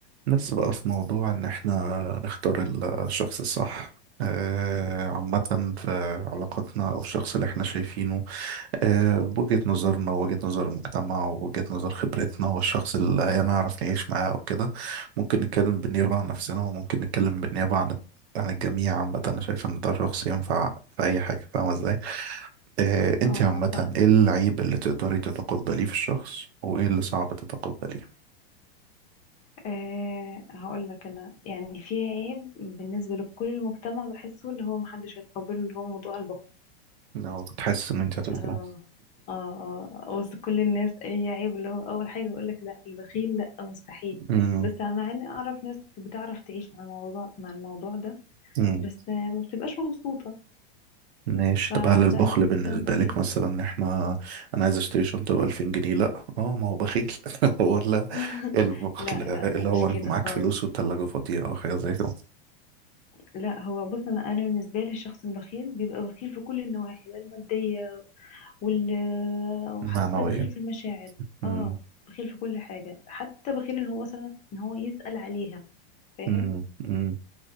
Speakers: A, on the right; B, on the left.
A: بس بقى في موضوع ان احنا نختار الشخص الصح آه، عامة في علاقتنا او الشخص اللي احنا شايفينه آه، بوجهة نظرنا ووجهة نظر المجتمع ووجهة نظر خبرتنا والشخص اللي هنعرف نعيش معاه او كده ممكن نتكلم بالنيابة عن نفسنا وممكن نتكلم بالنيابة عن عن الجميع عامة أنا شايف إن ده شخص ينفع في أي حاجة فاهمة إزاي؟ آه، أنت
B: اه آه،
A: عامة
B: فاهم
A: إيه العيب اللي تقدري تتقبليه في الشخص وإيه اللي صعب تتقبليه؟
B: أه هقول لك انا يعني في عيب بالنسبه لكل المجتمع بحسه اللي هو محدش هيتقبله اللي هو موضوع البخل
A: لو تحس إن أنت هتقولي
B: اه اه اه وسط كل الناس اي عيب اللي هو اول حاجه يقول لك لا البخيل لا مستحيل
A: كده
B: بس مع اني اعرف ناس بتعرف تعيش مع الموضوع مع الموضوع ده
A: مم.
B: بس آه، ما بتبقاش مبسوطه
A: ماشي
B: فلا
A: طب هل البخل
B: الانسان
A: بالنسبة
B: بخيل
A: لك مثلا ان احنا انا عايز اشتري شنطة ب 2000 جنيه لا اه ما هو بخيل <laughs> ولا
B: <laughs>
A: البخل
B: لا
A: اللي
B: لا لا مش
A: هو انت
B: كده
A: معاك
B: خالص
A: فلوس والتلاجة فاضية او حاجة زي كده
B: لا هو بص انا انا بالنسبه لي الشخص البخيل بيبقى بخيل في كل النواحي بقى الماديه وال آه، وحتى
A: معنوية
B: بخيل في المشاعر
A: مم.
B: اه بخيل في كل حاجة حتى بخيل ان هو مثلا ان هو يسأل عليها فاهم
A: مم. مم.